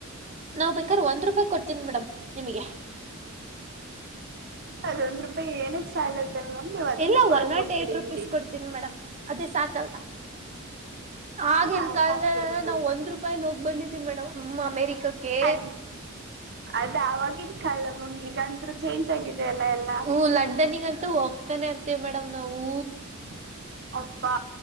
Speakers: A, on the right; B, on the right.
A: ನಾವ್ ಬೇಕಾದ್ರ ಒಂದ್ ರೂಪಾಯಿ ಕೊಡ್ತೀನಿ ಮೇಡಮ್ ನಿಮಗೆ.
B: ಅದೊಂದ್ ರೂಪಾಯಿ ಏನಕ್ ಸಾಲರ್ತದೆ ಮಾಮ್ ನೀವು ಅದನ್ನೂ
A: ಇಲ್ಲ
B: ಕೊಡಕ್
A: ಒನ್ ನಾಟ್
B: ಹೋಗ್ಬೇಡಿಬಿಡಿ.
A: ಏಟ್ ರುಪೀಸ್ ಕೊಡ್ತೀನಿ ಮೇಡಮ್ ಅದೇ ಸಾಕಲ್ವ.
B: <inaudible>
A: ಆಗಿನ ಕಾಲದಲೆಲ್ಲ
B: ಸಾಕ್ ಬಿಡಿ ಮ್ಯಾಮ್
A: ನಾವ ಒಂದ್ ರೂಪಾಯಿ ಲ್ ಹೋಗಿ ಬಂದಿದೀವಿ ಮೇಡಮ್ ಅಮೇರಿಕಕ್ಕೆ.
B: ಅದ್ ಅದ ಆವಾಗಿನ್ ಕಾಲ ಮಾಮ್ ಈಗಂತ್ರೂ ಚೇಂಜ್ ಆಗಿದೆ ಅಲ್ಲಾ ಎಲ್ಲ
A: ಹ ಲಂಡನಿಗ ಅಂತ ಹೋಗ್ತಾನೆ ಇರ್ತೀವಿ ಮೇಡಮ್ ನಾವು.
B: <inaudible> ಅಪ್ಪಾ